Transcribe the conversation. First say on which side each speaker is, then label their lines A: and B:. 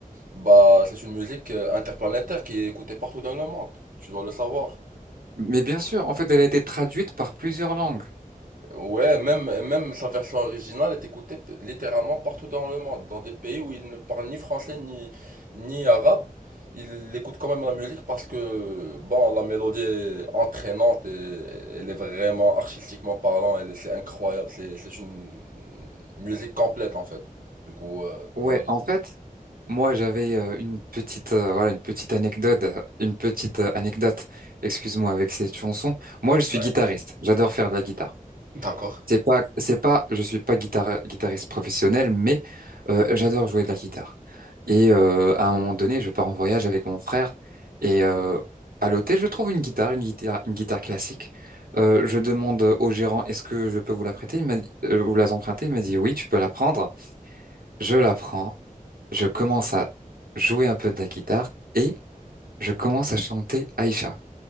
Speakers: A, on the right; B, on the right.
A: bah, c'est une musique euh, interplanétaire qui est écoutée partout dans le monde. Tu dois le savoir.
B: Mais bien sûr, en fait, elle a été traduite par plusieurs langues.
A: Ouais, même, même sa version originale est écoutée p- littéralement partout dans le monde, dans des pays où il ne parle ni français ni, ni arabe. Il écoute quand même la musique parce que, bon, la mélodie est entraînante et elle est vraiment artistiquement parlant, elle est- c'est incroyable, c'est, c'est une musique complète en fait. Du coup, euh,
B: Ouais,
A: voilà.
B: en fait, moi, j'avais euh, une petite, euh, voilà, une petite anecdote, euh, une petite euh, anecdote, excuse-moi, avec cette chanson. Moi, je suis
A: Ouais.
B: guitariste. J'adore faire de la guitare.
A: D'accord.
B: C'est pas, c'est pas, je suis pas guitare- guitariste professionnel, mais euh, j'adore jouer de la guitare. Et euh, à un moment donné, je pars en voyage avec mon frère et euh, à l'hôtel, je trouve une guitare, une guitare, une guitare classique. Euh, je demande au gérant, est-ce que je peux vous la prêter? Il m'a dit, euh, vous la emprunter? Il m'a dit, oui, tu peux la prendre. Je la prends, je commence à jouer un peu de la guitare et je commence à chanter Aïcha.